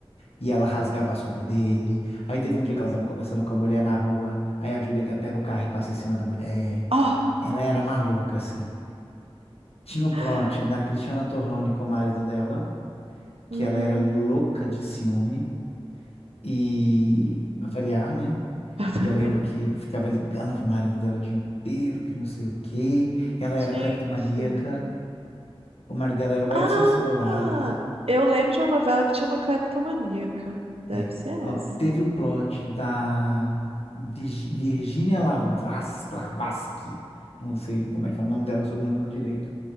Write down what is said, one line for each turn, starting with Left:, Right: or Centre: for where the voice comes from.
Left: e ela rasgava a roupa dele. Aí teve um dia que ela tava conversando com a mulher na rua, aí a Julia Gunn pega o carro e passa em cima da mulher.
Right: Ó!
Left: Ela era maluca, assim. Tinha o plot
Right: <laughs>
Left: da Cristiana Torloni com o marido dela, que
Right: Hum,
Left: ela era louca de ciúme, e pra variar, né?
Right: <laughs>
Left: E eu lembro que ficava ligando pro marido dela o dia inteiro, que não sei o quê. Ela
Right: gente.
Left: era cleptomaníaca. O marido dela era o
Right: Ah!
Left: Edson Celulari.
Right: Eu lembro de uma novela que tinha uma cleptomaníaca. Deve
Left: É.
Right: ser
Left: Ó,
Right: essa.
Left: teve o plot da Virgi- Virginia Lavras- Lavarsky. Não sei como é que fala o nome dela, o sobrenome dela direito.